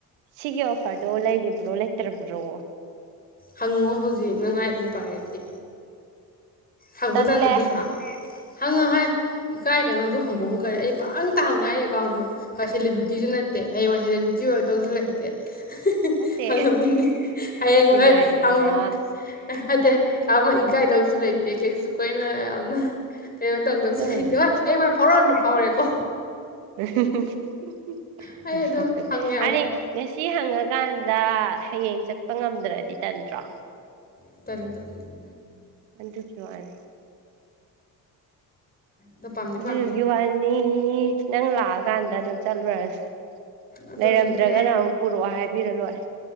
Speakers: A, on the right (about 70°); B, on the left (about 20°).
A: ꯁꯤꯒꯤ ꯑꯣꯐꯔꯗꯣ ꯂꯩꯔꯤꯕ꯭ꯔꯣ ꯂꯩꯇ꯭ꯔꯕ꯭ꯔꯣ
B: ꯍꯪꯉꯣ ꯍꯧꯖꯤꯛ ꯅꯪ ꯑꯥꯏꯖꯤ ꯄꯥꯏꯔꯗꯤ ꯍꯪꯕ
A: ꯇꯜꯂꯦ
B: ꯇꯟꯕ ꯑꯗꯨꯁꯨ ꯍꯪꯉꯣ
A: ꯇꯜꯂꯦ
B: ꯍꯦ ꯏꯀꯥꯏꯒꯅꯨ ꯑꯗꯨ ꯍꯪꯕꯕꯨ ꯀꯔꯤ ꯑꯩ ꯄꯪꯍꯪꯇꯥ ꯍꯪꯉꯦ ꯑꯩ ꯑꯦꯀꯥꯎꯟꯗꯣ ꯀ ꯁꯦꯂꯦꯕ꯭ꯔꯤꯇꯤꯁꯨ ꯅꯠꯇꯦ ꯍꯌꯦꯡꯋꯥꯏ ꯁꯦꯂꯦꯕ꯭ꯔꯤꯇꯤ ꯑꯣꯏꯗꯧꯁꯨ ꯂꯩꯇꯦ <unintelligible> <unintelligible>
A: ꯅꯠꯇꯦ
B: ꯍꯪꯉꯝꯃꯝꯅꯤ ꯍꯌꯦꯡꯋꯥꯏ
A: ꯏꯃꯥꯏ ꯄꯦꯝꯃ
B: ꯑꯃꯨꯛ ꯅꯠꯇꯦ ꯑꯃ ꯏꯀꯥꯏꯗꯧꯁꯨ ꯂꯩꯇꯦ ꯀꯩꯁꯨ ꯀꯣꯏꯅ ꯌꯥꯝꯅ ꯀꯩꯅꯣ ꯇꯧꯗꯧꯁꯨ
A: ꯑꯗꯨ
B: ꯂꯩꯇꯦ
A: ꯑꯣꯏꯔꯁꯨ
B: ꯍꯣꯏ ꯍꯌꯦꯡꯋꯥꯏ ꯐꯥꯎꯔꯛꯑꯒꯅ ꯐꯥꯎꯔꯛꯑꯦꯀꯣ
A: <unintelligible>
B: ꯑꯩ
A: ꯅꯁꯛꯇꯨꯒ
B: ꯑꯗꯨꯝ ꯍꯪꯉꯦꯕ
A: ꯍꯥꯏꯗꯤ ꯁꯤ ꯍꯪꯉꯀꯥꯟꯗ ꯍꯌꯦꯡ ꯆꯠꯄ ꯉꯝꯗ꯭ꯔꯗꯤ ꯇꯟꯇ꯭ꯔꯣ
B: <unintelligible>
A: ꯑꯗꯨꯒꯤ ꯋꯥꯅꯤ
B: ꯑꯗꯣ ꯄꯥꯝꯗꯤ
A: ꯑꯗꯨꯗꯨꯒꯤ
B: ꯄꯥꯝꯃꯦ
A: ꯋꯥꯅꯤ ꯅꯪ ꯂꯥꯛꯑꯀꯥꯟꯗ ꯑꯗꯨꯝ ꯆꯠꯂꯨꯔꯁꯤ
B: ꯑꯗꯣ
A: ꯂꯩꯔꯝꯗ꯭ꯔꯒꯅ
B: ꯑꯩ ꯅꯨꯄꯤ
A: ꯑꯃꯨꯛ ꯄꯨꯔꯛꯑꯣ ꯍꯥꯏꯕꯤꯔ ꯂꯣꯏꯔꯦ